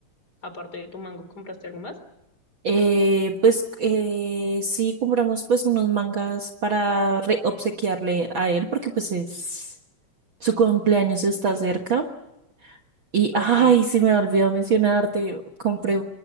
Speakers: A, on the left; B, on the right.
A: Aparte de tu mango, ¿compraste algo más?
B: Eh, pues eh, sí compramos pues unos mangas para re- obsequiarle a él porque pues es su cumpleaños está cerca y
A: Ok,
B: ay se me olvidó mencionarte compré